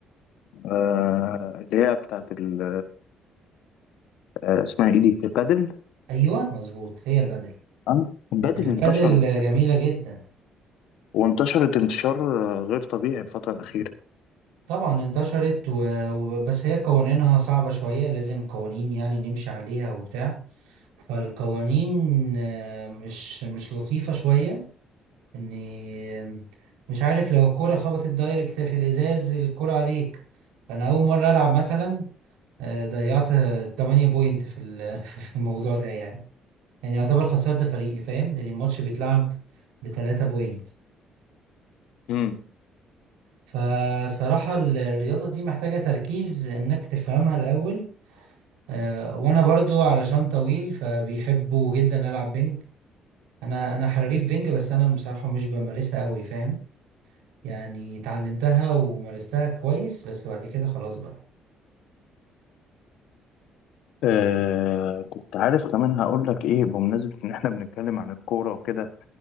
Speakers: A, on the left; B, on the right.
A: آه اللي هي بتاعت ال... آه اسمها ايه دي البادل
B: ايوه مظبوط هي البادل
A: آه، البادل
B: البادل
A: انتشرت
B: جميله جدا
A: وانتشرت انتشار آه، غير طبيعي الفتره الاخيره
B: طبعا انتشرت و... و- بس هي قوانينها صعبه شويه لازم قوانين يعني نمشي عليها وبتاع فالقوانين آه، مش مش لطيفة شوية اني آه، مش عارف لو الكرة خبطت دايركت في الازاز الكرة عليك فانا اول مرة العب مثلا آه، ضيعت 8 بوينت في ال- <laughs> في الموضوع ده يعني يعني يعتبر خسرت فريقي فاهم لان الماتش بيتلعب بتلاتة بوينت
A: امم
B: فصراحة الرياضة دي محتاجة تركيز انك تفهمها الاول آه، وانا برضو علشان طويل فبيحبوا جدا العب بينج انا انا حريف بينج بس انا بصراحة مش بمارسها قوي فاهم يعني اتعلمتها ومارستها كويس بس بعد كده خلاص بقى
A: آه كنت عارف كمان هقول لك ايه بمناسبه ان احنا بنتكلم عن الكوره وكده